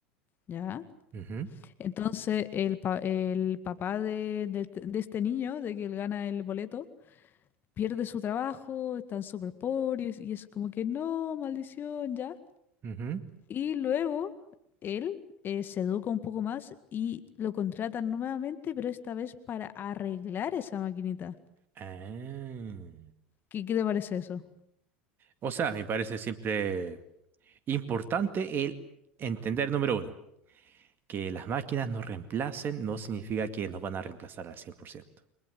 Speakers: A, on the left (about 35°); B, on the right (about 35°).
A: ¿ya?
B: ujú,
A: Entonces el, pa- el papá de, de este de este niño, de que él gana el boleto, pierde su trabajo, están súper pobres y es como que no, maldición, ¿ya?
B: ujú.
A: Y luego él eh, se educa un poco más y lo contratan nuevamente, pero esta vez para arreglar esa maquinita.
B: Ah.
A: ¿Qué, qué te parece eso?
B: O sea, me parece siempre importante el entender, número uno. Que las máquinas nos reemplacen no significa que nos van a reemplazar al cien por ciento